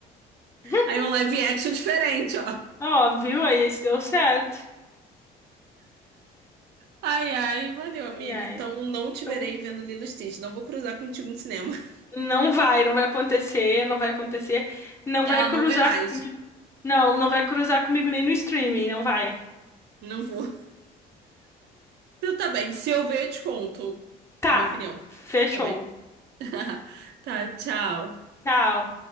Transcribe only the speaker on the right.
Aí um live action diferente, ó.
Ai, ai, valeu, amiga.
Então não te
verei vendo Lilo e Stitch. Não vou cruzar contigo no cinema. <laughs>
Ela
não vem mais.
Não vou. <laughs> Então tá bem. Se eu ver, eu te conto
a minha opinião.
Tá bem? <laughs> Tá, tchau.